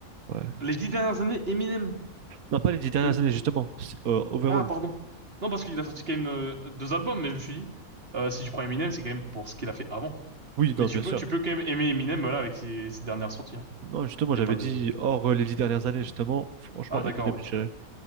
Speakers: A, on the right; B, on the right.
A: Ouais.
B: Les dix dernières années, Eminem.
A: Non, pas les dix dernières
B: Euh,
A: années, justement. c'est- euh, overall.
B: Ah, pardon. Non, parce qu'il a sorti quand même euh, deux albums, mais je me suis dit, euh, si tu prends Eminem, c'est quand même pour ce qu'il a fait avant.
A: Oui,
B: Mais
A: non,
B: tu
A: bien
B: peux,
A: sûr.
B: tu peux quand même aimer Eminem, voilà avec ses, ses dernières sorties. Hein.
A: Non, justement,
B: Y
A: j'avais
B: a pas de...
A: dit hors euh, les dix dernières années, justement. Franchement,
B: Ah, d'accord,
A: Eminem,
B: ouais.
A: je dirais.